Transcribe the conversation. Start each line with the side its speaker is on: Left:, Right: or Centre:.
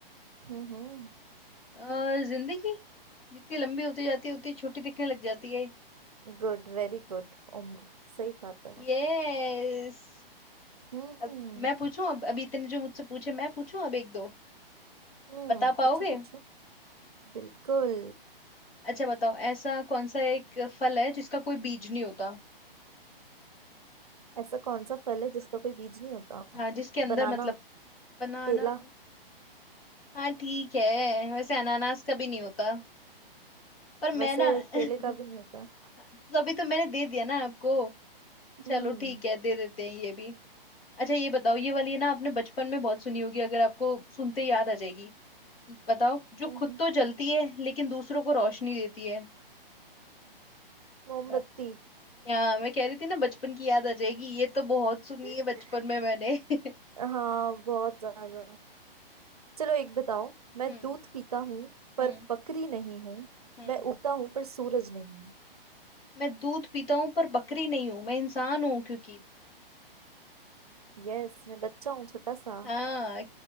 Right: हम्म हम्म
Left: अ, जिंदगी जितनी लंबी होती जाती है उतनी छोटी दिखने लग जाती है
Right: Good very good उम्र सही बात है वो
Left: यस
Right: हम्म
Left: अब मैं पूछूं अब अभी इतने जो मुझसे पूछे मैं पूछूं अब एक दो
Right: हम्म
Left: बता पाओगे
Right: पूछो पूछो बिल्कुल
Left: अच्छा बताओ ऐसा कौन सा एक फल है जिसका कोई बीज नहीं होता
Right: ऐसा कौन सा फल है जिसका कोई बीज नहीं होता
Left: हाँ जिसके अंदर
Right: बनाना
Left: मतलब बनाना
Right: केला
Left: हाँ ठीक है वैसे अनानास का भी नहीं होता पर मैं
Right: वैसे
Left: ना <laughs>
Right: केले का भी नहीं होता
Left: तो अभी तो मैंने दे दिया ना आपको चलो
Right: हम्म
Left: ठीक है दे देते हैं ये भी अच्छा ये बताओ ये वाली है ना आपने बचपन में बहुत सुनी होगी अगर आपको सुनते ही याद आ जाएगी बताओ जो
Right: हम्म,
Left: खुद
Right: हम्म।
Left: तो जलती है लेकिन दूसरों को रोशनी देती है
Right: मोमबत्ती
Left: बात यहाँ मैं कह रही थी ना बचपन की याद आ जाएगी ये तो बहुत सुनी
Right: <laughs>
Left: है बचपन में मैंने <laughs>
Right: हाँ बहुत ज्यादा चलो एक बताओ मैं
Left: हम्म
Right: दूध पीता हूँ पर
Left: हम्म
Right: बकरी नहीं हूँ
Left: हम्म
Right: मैं उगता हूँ पर सूरज नहीं हूँ
Left: मैं दूध पीता हूँ पर बकरी नहीं हूँ मैं इंसान हूँ क्योंकि
Right: यस मैं बच्चा हूँ छोटा सा
Left: हाँ